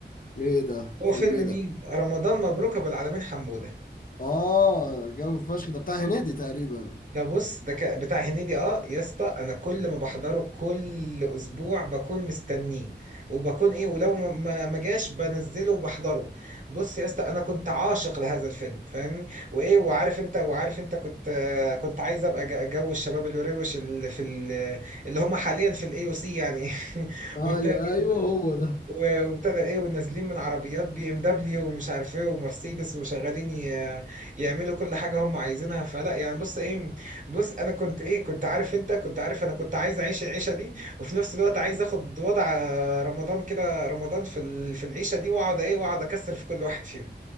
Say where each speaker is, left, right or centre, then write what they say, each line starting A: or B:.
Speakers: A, on the left; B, on the right.
A: ايه ده
B: هو
A: فيلم
B: فيلم
A: ايه ده
B: مين؟ رمضان مبروك أبو العالمين حمودة
A: اه جو فشخ ده بتاع هنيدي تقريبا
B: ده بص ده ك... بتاع هنيدي اه يا اسطى انا كل ما بحضره كل اسبوع بكون مستنيه وبكون ايه ولو ما ما ما جاش بنزله وبحضره بص يا اسطى انا كنت عاشق لهذا الفيلم فاهمني وايه وعارف انت وعارف انت كنت آه، كنت عايز ابقى ج- جو الشباب الوروش اللي في ال... اللي هم حاليا في الاي او سي يعني <laughs> وبتاع
A: ايوه ايوه هو ده
B: و- وابتدى ايه ونازلين من عربيات بي ام دبليو ومش عارف ايه ومرسيدس وشغالين ي- يعملوا كل حاجه هم عايزينها فلا يعني بص ايه بص انا كنت ايه كنت عارف انت كنت عارف انا كنت عايز اعيش العيشه دي وفي نفس الوقت عايز اخد وضع آه، رمضان كده رمضان في ال- في العيشه دي واقعد ايه واقعد اكسر في كل واحد فيهم